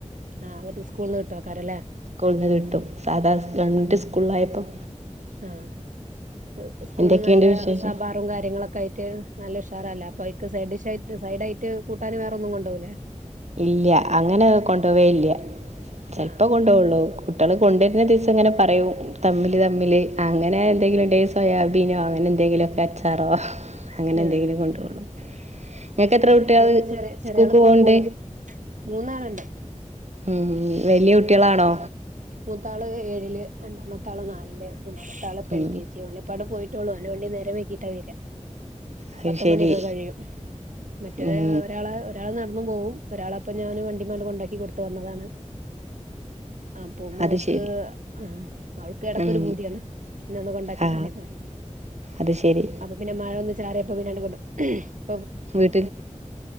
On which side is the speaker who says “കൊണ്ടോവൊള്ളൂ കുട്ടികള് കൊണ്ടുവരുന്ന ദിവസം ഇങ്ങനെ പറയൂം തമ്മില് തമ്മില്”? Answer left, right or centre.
Right